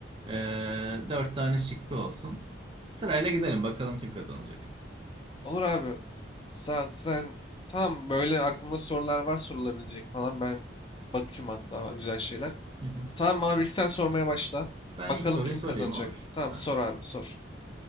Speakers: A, on the right (about 30°); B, on the left (about 25°).
A: Ee, dört tane şıkkı olsun. Sırayla gidelim bakalım kim kazanacak.
B: Olur abi. Zaten tam böyle aklımda sorular var sorulabilecek falan. Ben bakayım hatta güzel şeyler.
A: Hı hı.
B: Tamam abi ilk sen sormaya başla.
A: Ben
B: Bakalım
A: ilk soruyu
B: kim
A: sorayım
B: kazanacak.
A: olur.
B: Tamam
A: Aynen.
B: sor abi sor.